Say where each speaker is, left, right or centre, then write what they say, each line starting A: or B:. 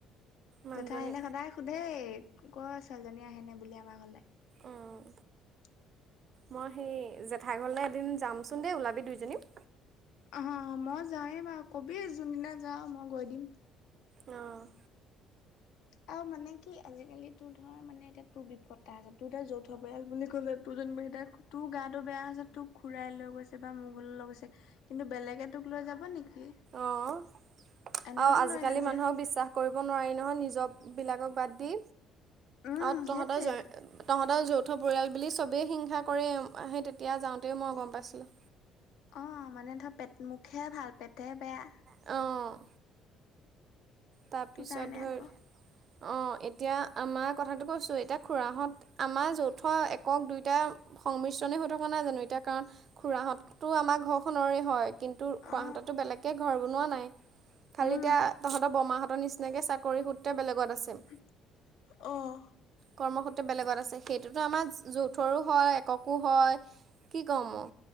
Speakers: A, on the right; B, on the left.
A: মানুহজনী
B: জেঠাই আহিলে সদায় সোধেই কয় ছোৱালীজনী আহেনে বুলি আমাৰ ঘৰলে। <inaudible>
A: অঁ মই সেই জেঠাইঘৰলৈ এদিন যামচোন দেই ওলাবি দুইজনী।
B: অহ- অহ, মই যাওঁৱেই বাৰু ক'বি যোনদিনা যাওঁ মই গৈ দিম।
A: অ'
B: আৰু মানে কি আজিকালি তোৰ ধৰ মানে এতিয়া তোৰ বিপদ আছে তোৰ ধৰ যৌথ থ পৰিয়াল বুলি ক'লে টোৰ যেনিবা এটি তোৰ গাটো বেয়া হৈছে তোক খুৰাই লৈ গৈছে বা মোক হলেও লৈ গৈছে। কিন্তু বেলেগে তোক লৈ যাব নেকি
A: অঁ
B: এনেওতো
A: আৰু আজিকালি
B: লৈ নাযায়।
A: মানুহক বিশ্বাস কৰিব নোৱাৰি নহয় নিজৰ বিলাকক বাদ দি
B: উম
A: আৰু তহঁতৰ
B: সেইটোয়েতো
A: জইন তহঁতৰ যৌথ পৰিয়াল বুলি চবেই হিংসা কৰে হেই তেতিয়া যাওঁতে মই গম পাইছিলোঁ।
B: অঁ', মানে ধৰ পেট মুখে ভাল পেটে বেয়া।
A: অ'। তাৰপিছত
B: সেইটো কাৰণে
A: ধৰি
B: আকৌ
A: অঁ', এতিয়া আমাৰ কথাটো কৈছোঁ এতিয়া খুৰাহঁত আমাৰ যৌথ একক দুইটা সংমিশ্ৰণেই হৈ থকা নাই জানো এতিয়া কাৰণ খুৰাহঁততো আমাৰ ঘৰখনৰে হয়। কিন্তু খুৰাহঁততো
B: অ
A: বেলেগকে ঘৰ বনোৱা নাই খালী
B: উম
A: এতিয়া তহ ত বৰমাহতৰ নিচিনাকৈ চাকৰি সূত্ৰে বেলেগত আছে।
B: অ'।
A: কৰ্মসূত্ৰে বেলেগত আছে সেইটোতো আমাৰ যৌথৰো হয় এককো হয়। কি কম মই